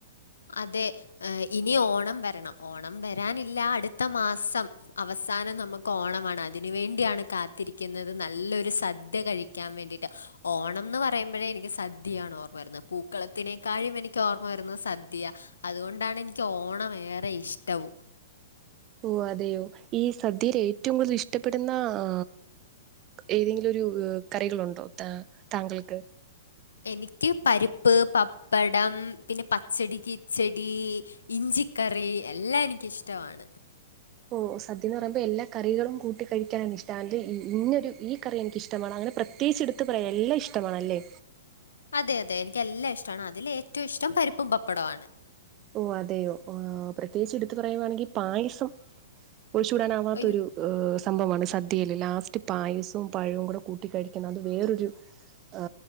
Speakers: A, on the left; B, on the right.
A: അതെ ഇനി ഓണം വരണം ഓണം വരാനില്ല അടുത്ത മാസം അവസാനം നമുക്ക് ഓണമാണ് അതിന് വേണ്ടിയാണ് കാത്തിരിക്കുന്നത് നല്ലൊരു സദ്യ കഴിക്ക ക്കൻവേണ്ടിട്ട് ഓണം എന്ന് പറയുമ്പോഴേ എനിക്ക് സദ്യയാണ് ഓർമ്മ വരുന്നത് പൂക്കളത്തിനേക്കാളും എനിക്ക് ക്ക് ഓർമ്മ വരുന്നത് സദ്യ അതുകൊണ്ടാണ് എനിക്ക് ഓണം ഏറെ ഇഷ്ടവും.
B: ഓ അതെയോ ഈ സദ്യയിൽ ഏറ്റവും കൂടുതൽ ഇഷ്ടപ്പെടുന്ന ആ ഏതെങ്കിലുമൊരു കറികളുണ്ടോ താ താങ്കൾക്ക്.
A: എനിക്ക് പരിപ്പ്, പപ്പടം, പിന്നെ പച്ചടി, കിച്ചെടി ഇഞ്ചിക്കറി എല്ലാം എനിക്കിഷ്ടമാണ്.
B: ഓ സദ്യ എന്ന് പറയുമ്പോൾ എല്ലാ കറികളും കൂട്ടി കഴിക്കാനാണ് ഇഷ്ടം അ ഇന്നൊരു ഈ കറി എനിക്കിഷ്ടമാണ് അങ്ങനെ പ്രത്യേകിച്ച് എടുത്ത് പറയാൻ എല്ലാം ഇഷ്ടമാണല്ലേ?
A: അതെ അതെ എനിക്ക് എല്ലാം ഇഷ്ടമാണ് അതിലേറ്റവും ഇഷ്ടം പരിപ്പും പപ്പടവാണ്.
B: ഓ അതെയോ പ്രത്യേകിച്ച് എടുത്തു പറയുവാണെങ്കിൽ പായസം ഒഴിച്ചുകൂടാനാവാത്തൊരു
A: അയ്യോ!
B: സംഭവമാണ് സദ്യയിൽ ലാസ്റ്റ് പായസവും പഴവും കൂടെ കൂട്ടി കഴിക്കുന്നത് അത് വേറൊരു ആ